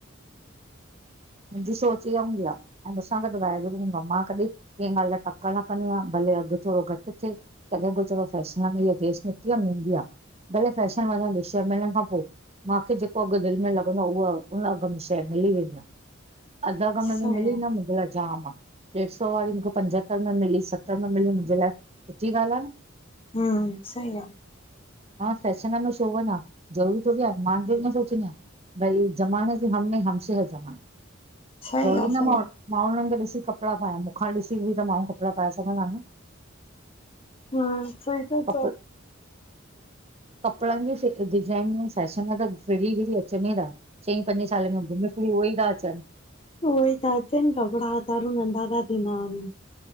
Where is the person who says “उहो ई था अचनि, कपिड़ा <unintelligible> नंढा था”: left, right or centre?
Left